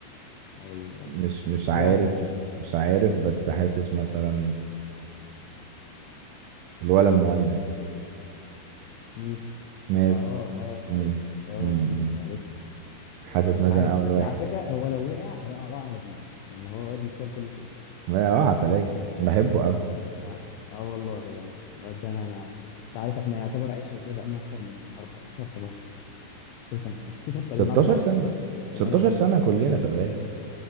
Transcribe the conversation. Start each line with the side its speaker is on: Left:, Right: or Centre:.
Left: هي...
Right: مش مش عارف
Left: هيقع مننا
Right: مش عارف بس حاسس مثلا الولا المهندس ده
Left: مين
Right: ماز
Left: اه اه فعرفته
Right: مم.
Left: اه
Right: مم.
Left: عرفته
Right: مم.
Left: عرفته
Right: حاسس
Left: مش
Right: مثلا
Left: عارف
Right: اول
Left: بس
Right: واحد
Left: على فكره هو لو وقع هيقع بقى على دينا ان هو واد يستاهل كل خير
Right: اه عسلية بحبه
Left: اه
Right: قوي
Left: ف... اه والله يعني الواد ده انا انا انت عارف احنا يعتبر عشره كده بقالنا اكتر من 14 15 سنه يعني <laughs> تقريبا
Right: 16
Left: نعرف بعض
Right: سنة
Left: اكتر من
Right: 16
Left: من اي حاجه
Right: سنة كلنا
Left: اه
Right: في الغالب